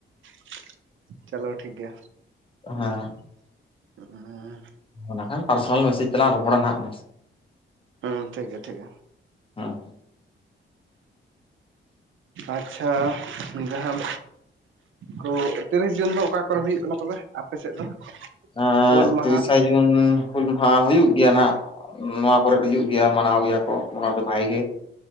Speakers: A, on the right; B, on the left.
A: <inaudible> ᱪᱚᱞᱚ ᱴᱷᱤᱠ ᱜᱮᱭᱟ
B: ᱦᱮᱸ
A: <unintelligible>
B: ᱚᱱᱟᱠᱷᱟᱱ ᱯᱟᱨᱥᱚᱱᱟᱞ ᱢᱮᱥᱮᱡᱽ ᱛᱮᱞᱟᱝ ᱨᱚᱯᱚᱲᱟ ᱱᱟᱦᱟᱜ ᱦᱚᱸ
A: ᱦᱮᱸ ᱴᱷᱤᱠ ᱜᱮᱭᱟ ᱴᱷᱤᱠ ᱜᱮᱭᱟ
B: ᱦᱮᱸ
A: ᱟᱪᱪᱷᱟ ᱡᱟᱦᱟᱸ ᱠᱚ ᱛᱤᱨᱤᱥ ᱡᱩᱱ ᱫᱚ ᱚᱠᱟ ᱠᱚᱨᱮ ᱦᱩᱭᱩᱜ ᱠᱟᱱᱟ ᱛᱚᱵᱮ ᱟᱯᱮ ᱥᱮᱫ ᱫᱚ
B: ᱟᱸᱼ
A: ᱦᱩᱞ ᱢᱟᱦᱟ
B: ᱛᱤᱨᱤᱥᱟ ᱡᱩᱱ ᱦᱩᱞ ᱢᱟᱦᱟ ᱦᱩᱭᱩᱜ ᱜᱮᱭᱟ ᱱᱟᱦᱟᱜ ᱱᱚᱣᱟ ᱠᱚᱨᱮ ᱜᱮ ᱦᱩᱭᱩᱜ ᱜᱮᱭᱟ ᱢᱟᱱᱟᱣ ᱜᱮᱭᱟ ᱠᱚ ᱢᱚᱴᱟᱢᱩᱴᱤ ᱵᱷᱟᱭ ᱜᱮ